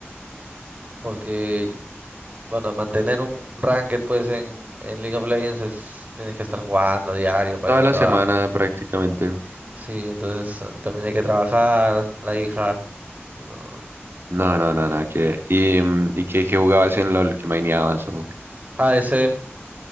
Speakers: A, on the right; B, on the right.
A: porque, bueno, mantener un ranked pues en, en League of Legends es, tienes que estar jugando diario para
B: Toda
A: que no
B: la
A: te
B: semana
A: bajen.
B: prácticamente.
A: Sí, entonces eh, también hay que trabajar, la hija, no.
B: No, no, no, nada que ver. ¿Y, mm, y qué, qué jugabas en LOL? ¿Qué maineabas? o- qué?
A: ADC,